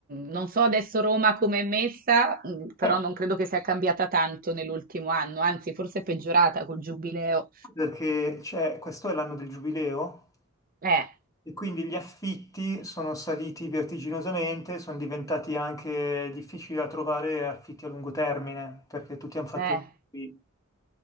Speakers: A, on the right (about 40°); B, on the left (about 15°).
A: non so adesso Roma come è messa, mh, però
B: Eh,
A: non credo che sia cambiata tanto nell'ultimo anno, anzi forse è peggiorata col giubileo.
B: perché c'è- questo è l'anno del giubileo
A: Eh,
B: e quindi gli affitti sono saliti vertiginosamente, sono diventati anche difficili da trovare affitti a lungo termine, perché tutti hanno fatto...
A: eh,
B: Eh,